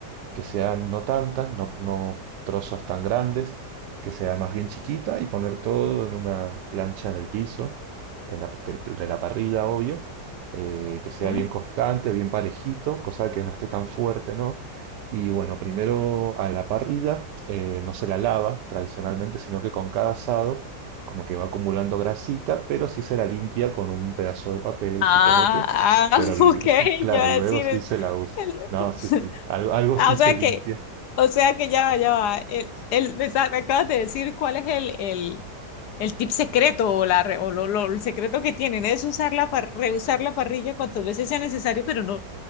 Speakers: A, on the right (about 80°); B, on the left (about 75°).
A: que sean no tantas, no, no trozos tan grandes, que sea más bien chiquita y poner todo en una plancha en el piso, en la- de, de la parrilla, obvio, eh, que
B: ¿ok?
A: sea bien constante, bien parejito, cosa que no esté tan fuerte, ¿no? Y bueno, primero a la parrilla eh, no se la lava tradicionalmente, sino que con cada asado como que va acumulando grasita, pero sí se la limpia con un pedazo de papel,
B: Ah,
A: suponete.
B: ah, <laughs>
A: Pero l-
B: ok,
A: <laughs>
B: yo
A: claro,
B: iba
A: luego
B: a decir,
A: sí
B: el-
A: se la usa.
B: <laughs>
A: No, sí, sí, algo, algo
B: ah,
A: sí
B: o
A: se
B: sea
A: limpia.
B: que, o sea que ya va, ya va, el, el, me, sa- me acabas de decir cuál es el, el, el tip secreto o, la, re- o lo, lo- el secreto que tienen es usar la, par- reusar la parrilla cuantas veces sea necesario, pero no